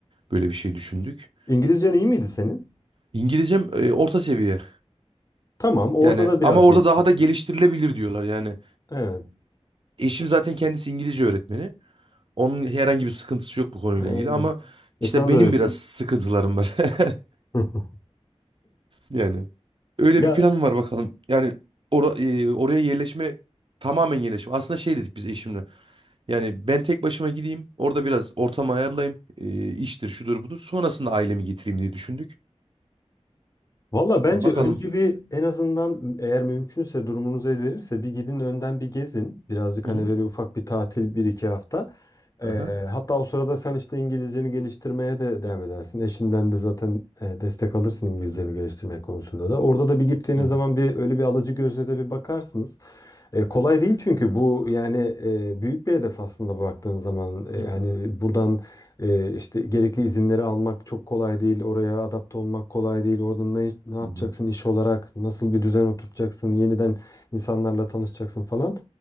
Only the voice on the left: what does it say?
İngilizcen iyi miydi senin?
Tamam, orada
da biraz
geliştirirsin.
Evet.
Ee,
e,
sana
da öğretsin.
<laughs>
Ya
Valla bence
önce bir en azından eğer mümkünse durumunuz el verirse bir gidin önden bir gezin. Birazcık
hani
böyle ufak bir tatil bir iki hafta. Ee,
hatta o sırada sen işte İngilizceni geliştirmeye de devam edersin. Eşinden de zaten e, destek alırsın İngilizceni geliştirmek konusunda da. Orada da bir gittiğiniz
zaman bir öyle bir alıcı gözle de bir bakarsınız. E, kolay değil çünkü bu yani e, büyük bir hedef aslında baktığın zaman. E, yani
buradan ee, işte gerekli izinleri almak çok kolay değil. Oraya adapte olmak kolay değil. Orada ne, ne yapacaksın
iş olarak? Nasıl bir düzen oturtacaksın? Yeniden insanlarla tanışacaksın falan.